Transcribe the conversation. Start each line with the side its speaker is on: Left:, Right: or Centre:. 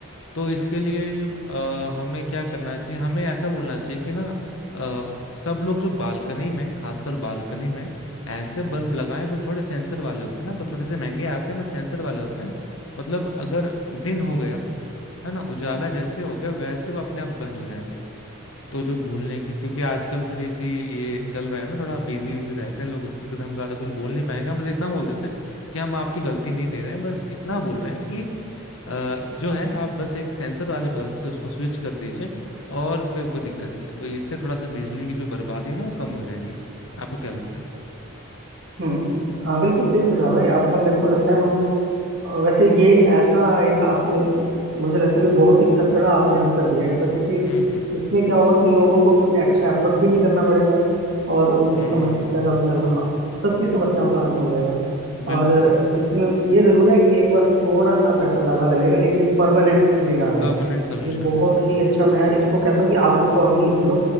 Left: तो इसके लिए अ, हमें क्या करना चाहिए हमें ऐसा बोलना चाहिए कि ना अ, सब लोग जो बालकनी में खासकर बालकनी में ऐसे बल्ब लगाएं जो थोड़े सेंसर वाले होते हैं ना कुछ थोड़े से महंगे आते हैं बट सेंसर वाले होते हैं मतलब अगर दिन हो गया है ना उजाला जैसे हो गया वैसे वो अपने आप बंद हो जाएंगे तो जो भूलने की क्योंकि आजकल थोड़ी सी ये चल रहा है ना थोड़ा बिजी बिजी रहते हैं लोग उसके पे तो हम ज्यादा कुछ बोल नहीं पाएंगे हम बस इतना बोल देते हैं कि हम आपकी गलती नहीं दे रहे हैं बस इतना बोल रहे हैं कि अ, जो है आप बस एक सेंसर वाले बल्ब से उसको स्विच कर दीजिए और फिर कोई दिक्कत नहीं है तो इससे थोड़ा सा बिजली की जो बर्बादी है ना वो कम हो जाएगी आपको क्या लगता है
Right: हम्म, हाँ बिल्कुल सही सुझाव है ये आपका मेरे को लगता है हम वैसे ये ऐसा एक आपने मुझे लगता है कि बहुत ही तकड़ा आपने आंसर दिया है इसका क्योंकि
Left: हम्म
Right: इसमें क्या होगा कि लोगों को कोई एक्स्ट्रा एफर्ट भी नहीं करना पड़ेगा और उनकी
Left: हम्म
Right: समस्या का भी हल सबकी समस्याओं का हल हो जाएगा
Left: बिल्कुल
Right: और इसमें ये जरूर है कि एक बार थोड़ा सा पैसा ज्यादा लगेगा लेकिन परमानेंट इलाज है
Left: परमानेंट
Right: ये
Left: सोल्यूशन
Right: ये बहुत
Left: है
Right: ही अच्छा मैं इसको कहता हूँ कि आप इसको अभी लिख लो